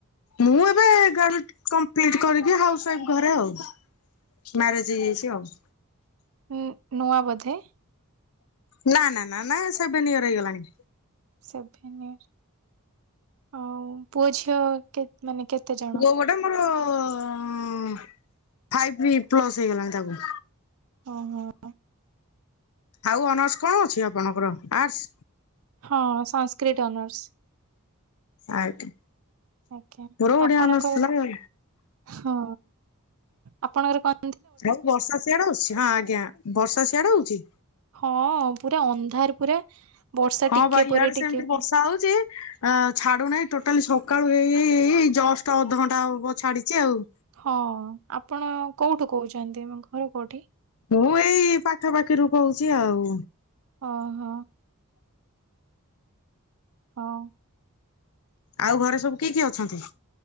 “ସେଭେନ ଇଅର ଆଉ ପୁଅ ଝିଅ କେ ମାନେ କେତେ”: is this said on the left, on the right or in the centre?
Right